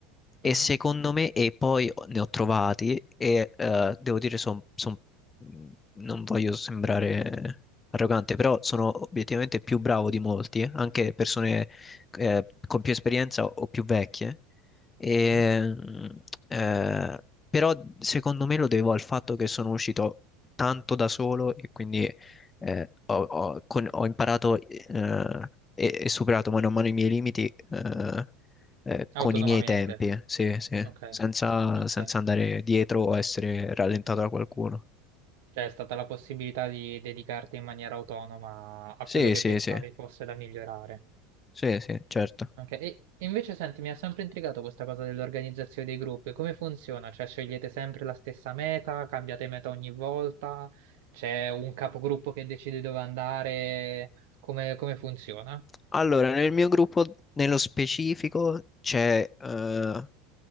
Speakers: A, on the left; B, on the right.
A: E
B: mhm,
A: secondo me, e poi ne ho trovati, e eh, devo dire, son- son- mhmm, non voglio sembrare arrogante, però sono obiettivamente più bravo di molti, anche persone eh, con più esperienza o o più vecchie. E,
B: mhm,
A: mh, eh, però secondo me lo devo al fatto che sono uscito tanto da solo e quindi eh, ho, ho- con- ho imparato eh, e, e superato mano a mano i miei limiti eh, eh,
B: autonomamente.
A: con i miei tempi, sì, sì,
B: Ok,
A: senza,
B: ok.
A: senza andare dietro o essere rallentato da qualcuno.
B: Cioè, è stata la possibilità di dedicarti in maniera autonoma a
A: Sì,
B: quello che
A: sì,
B: pensavi
A: sì,
B: fosse da migliorare.
A: sì, sì, certo.
B: Ok, E e invece senti, mi ha sempre intrigato questa cosa dell'organizzazione dei gruppi. Come funziona? Cioè, scegliete sempre la stessa meta, cambiate meta ogni volta, c'è un capogruppo che decide dove andare, come, come funziona?
A: Allora, nel mio gruppo, nello specifico, c'è eh,